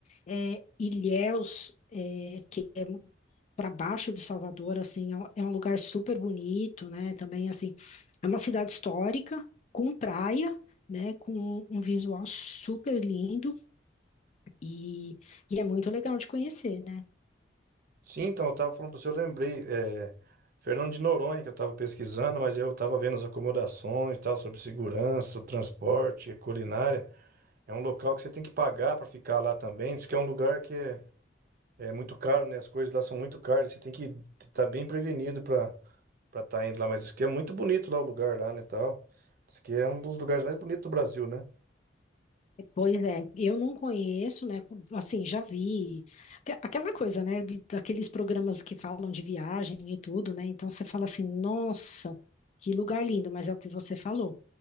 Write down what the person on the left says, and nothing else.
É, Ilhéus, é, que é para baixo de Salvador, assim, é um é um lugar super bonito, né? Também, assim, é uma cidade histórica, com praia, né? Com um visual super lindo e, e é muito legal de conhecer, né?
Pois é, eu não conheço, né? Assim, já vi Aque- aquela coisa, né? de- Daqueles programas que falam de viagem e tudo, né? Então você fala assim, nossa, que lugar lindo, mas é o que você falou,